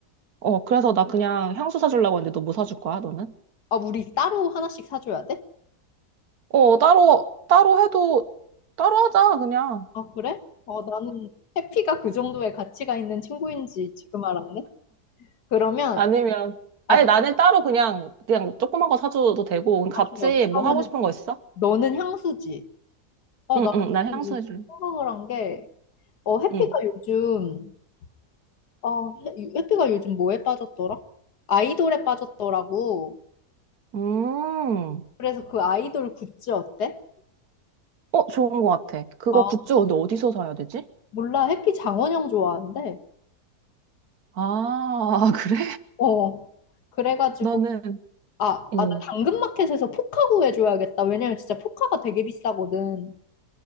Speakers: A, on the right (about 70°); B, on the left (about 90°).
A: 어, 그래서 나 그냥 향수 사주려고 했는데 너 뭐 사줄 거야, 너는?
B: 아, 우리 따로 하나씩 사줘야 돼?
A: 어, 따로, 따로 해도, 따로 하자, 그냥.
B: 아, 그래? 어, 나는 해피가 그 정도의 가치가 있는 친구인지 지금 알았네. 그러면,
A: 아니면,
B: 아,
A: 아니,
B: 그,
A: 나는 따로 그냥, 그냥 조그만 거 사줘도 되고, 우리 같이
B: 아, 좋아.
A: 뭐
B: 그러면은
A: 하고 싶은 거 있어?
B: 너는 향수지. 어,
A: 응,
B: 나는
A: 응, 난 향수
B: 이
A: 해줄래.
B: 생각을 한 게, 어, 해피가
A: 응.
B: 요즘, 어, 해- 해피가 요즘 뭐에 빠졌더라? 아이돌에 빠졌더라고.
A: 음,
B: 그래서 그 아이돌 굿즈 어때?
A: 어, 좋은 거 같아. 그거
B: 아,
A: 굿즈 근데 어디서 사야 되지?
B: 몰라. 해피 장원영 좋아하는데.
A: 아, <laughs> 그래?
B: 어. 그래가지고,
A: 나는,
B: 아,
A: 응.
B: 아, 나 당근마켓에서 포카 구해줘야겠다. 왜냐면 진짜 포카가 되게 비싸거든.